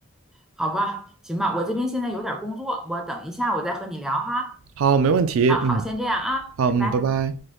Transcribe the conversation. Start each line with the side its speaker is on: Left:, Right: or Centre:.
Centre: 好吧，行吧，我这边现在有点儿工作，我等一下我再和你聊哈。
Right: 好，没问题，
Centre: 啊，好，
Right: 嗯，
Centre: 先这样啊，
Right: 好，
Centre: 拜拜。
Right: 嗯，拜拜。